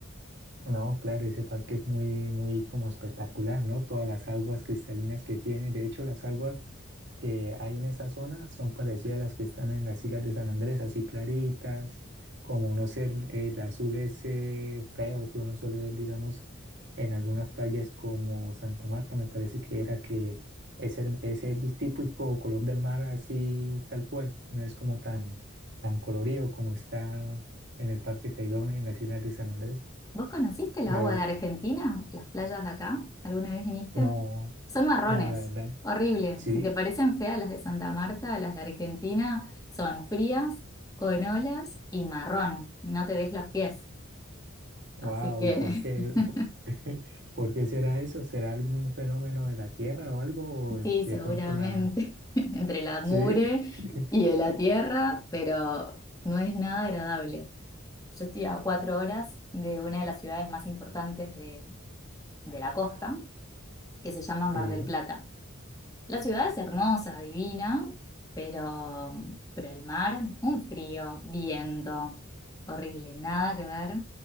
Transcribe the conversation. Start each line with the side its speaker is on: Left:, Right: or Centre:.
Right: No, claro, ese parque es muy, muy como espectacular, ¿no? Todas las aguas cristalinas que tiene. De hecho, las aguas que hay en esa zona son parecidas a las que están en las islas de San Andrés, así claritas, como no sé, el, el azul ese feo que uno suele ver, digamos, en algunas playas como Santa Marta, me parece que era que es el, es el típico color del mar así tal cual, no es como tan, tan colorido como está en el Parque Tayrona y en las islas de San Andrés.
Left: ¿Vos conociste el
Right: La
Left: agua de Argentina? ¿Las playas de acá? ¿Alguna vez viniste?
Right: no,
Left: Son marrones,
Right: no, la verdad.
Left: horrible.
Right: Sí,
Left: Si te parecen feas las de Santa Marta, las de Argentina son frías, con olas y marrón. No te ves los pies.
Right: wow,
Left: Así que
Right: ¿y por qué?
Left: <laughs>
Right: ¿Por <laughs> por qué será eso? ¿Será algún fenómeno de la Tierra o algo? ¿O
Left: sí, seguramente
Right: De pronto la...
Left: <laughs> entre la mugre
Right: Sí, <laughs>
Left: y de la tierra, pero no es nada agradable. Yo estoy a cuatro horas de una de las ciudades más importantes de, de la costa, que se llama Mar
Right: sí,
Left: del Plata. La ciudad es hermosa, divina, pero, pero el mar, un frío, viento, horrible, nada que ver